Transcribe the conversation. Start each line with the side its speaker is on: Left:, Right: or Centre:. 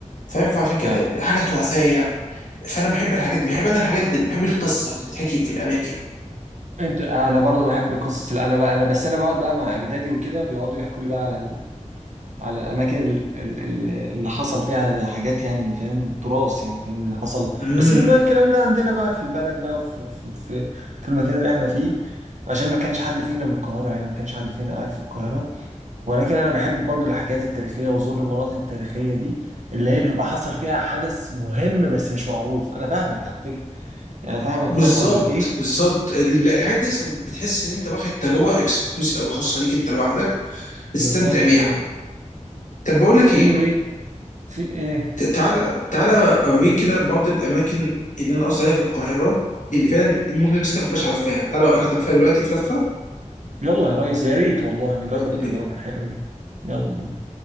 Left: فاهم فعشان كده
Right: فعلا
Left: حاجه تراثيه فانا بحب الحاجات دي بحب انا الحاجات اللي بحب القصه اللي بتتحكي في الاماكن
Right: انت انا برضو بحب القصص اللي انا بقى انا بس انا بقعد بقى مع اجدادي وكده بيقعدوا يحكوا لي بقى على على الاماكن ال- ال- ال- اللي حصل فيها حاجات يعني فاهم تراث يعني فاهم اللي حصل
Left: امم
Right: بس بيبقى الكلام ده عندنا بقى في البلد بقى وفي في في في المكان اللي احنا فيه عشان ما كانش حد فينا من القاهره يعني ما كانش حد فينا قاعد في القاهره ولكن انا بحب برضو الحكايات التاريخيه وزور المناطق التاريخيه دي اللي هي بيبقى حصل فيها حدث مهم بس مش معروف انا فاهمك على فكره يعني أنا فاهمك
Left: بالظبط
Right: وفاهم قصدك ايه
Left: بالظبط ال- لا، الحاجات دي أصلاً بتحس ان انت واخد تجربه اكسكلوسيف او خاصه ليك انت لوحدك
Right: بالظبط
Left: استمتع بيها
Right: اه
Left: طب بقول لك
Right: anyway
Left: ايه
Right: في ايه
Left: ت- تعالى تعالى اوريك كده بعض الاماكن اللي انا قصدي عليها في القاهره اللي فعلا ممكن الناس كده ما تبقاش عارفاها تعالى اخدك فيها دلوقتي في لفه
Right: يلا يا ريس يا ريت والله نجرب
Left: يلا
Right: التجربه
Left: بينا
Right: الحلوه دي يلا بينا